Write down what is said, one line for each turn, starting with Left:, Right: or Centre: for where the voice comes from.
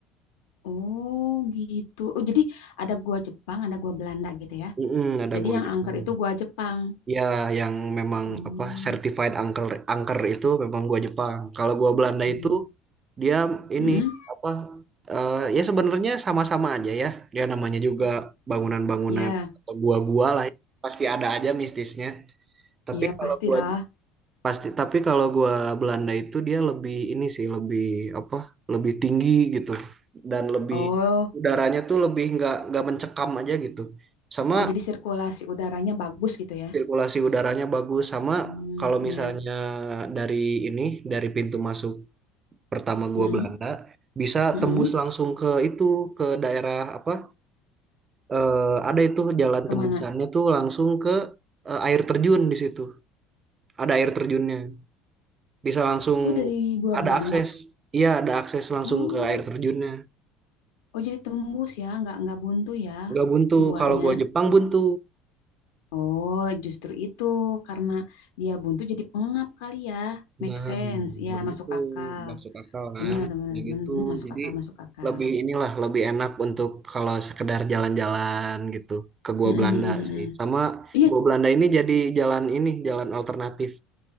Left: Oh, gitu. Oh, jadi ada gua Jepang, ada gua Belanda gitu ya.
Right: Mm-mm, ada
Left: Jadi
Right: gua
Left: yang
Right: Jepang.
Left: angker itu gua Jepang.
Right: Ya, yang memang
Left: Hmm.
Right: apa certified angker angker itu memang gua Jepang. Kalau gua Belanda
Left: Hmm.
Right: itu dia ini
Left: Mm-mm.
Right: apa eh, ya sebenarnya sama-sama aja ya. Dia namanya
Left: Mm-mm.
Right: juga bangunan-bangunan
Left: Ya,
Right: atau gua-gua lah ya. Pasti ada aja mistisnya. Tapi
Left: iya
Right: kalau
Left: pastilah.
Right: gua pasti tapi kalau gua Belanda itu dia lebih ini sih lebih apa? Lebih tinggi gitu dan lebih
Left: Oh,
Right: udaranya tuh lebih nggak nggak mencekam aja gitu. Sama
Left: oh jadi sirkulasi udaranya bagus gitu ya?
Right: sirkulasi udaranya bagus sama
Left: Hmm,
Right: kalau
Left: iya.
Right: misalnya dari ini dari pintu masuk pertama gua
Left: Mm-mm,
Right: Belanda bisa
Left: mm-mm.
Right: tembus langsung ke itu ke daerah apa eh, ada itu jalan
Left: Kemana?
Right: tembusannya tuh langsung ke eh, air terjun di situ ada air terjunnya bisa langsung
Left: Oh, dari gua
Right: ada
Left: Belanda.
Right: akses iya ada akses langsung
Left: Oh,
Right: ke air terjunnya
Left: oh jadi tembus ya, nggak nggak buntu ya
Right: nggak buntu
Left: guanya.
Right: kalau gua Jepang buntu
Left: Oh, justru itu karena dia buntu jadi pengap kali ya. Make
Right: Nah,
Left: sense, ya
Right: begitu
Left: masuk akal.
Right: masuk akal kan?
Left: Bener, bener,
Right: Ya gitu.
Left: bener. Hmm, masuk
Right: Jadi
Left: akal, masuk akal.
Right: lebih inilah lebih enak untuk kalau sekedar jalan-jalan gitu ke Gua
Left: Mm-mm,
Right: Belanda
Left: mm-mm.
Right: sih. Sama
Left: Iya.
Right: Gua Belanda ini jadi jalan ini, jalan alternatif.